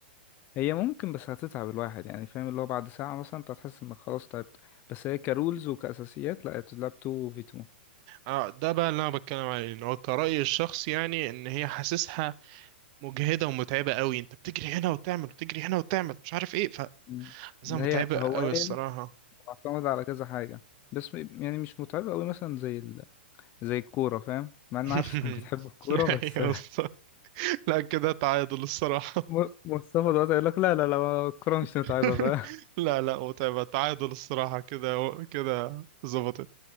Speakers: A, on the left; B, on the right.
A: هي ممكن بس هتتعب الواحد يعني فاهم اللي هو بعد ساعة مثلا أنت هتحس إنك خلاص تعبت بس هي كرولز وكأساسيات لا هي بتتلعب 2 في 2
B: اه ده بقى اللي انا بتكلم عليه ان هو كرأيي الشخصي يعني ان هي حاسسها مجهده ومتعبه قوي انت بتجري هنا وتعمل وتجري هنا وتعمل مش عارف ايه فحاسسها
A: مم. اللي
B: متعبه
A: هي هواية
B: قوي الصراحه
A: معتمدة على كذا حاجة بس م- يعني مش متعبة أوي مثلا زي ال... زي الكورة فاهم مع إن
B: <laughs>
A: عارف <laughs> إنك بتحب الكورة بس
B: ايوه بالظبط. لا كده تعادل الصراحه
A: <laughs> م- مصطفى دلوقتي يقول لك لا لا لا الكورة مش متعبة
B: <laughs>
A: بقى
B: لا لا متعبه تعادل الصراحه كده كده ظبطت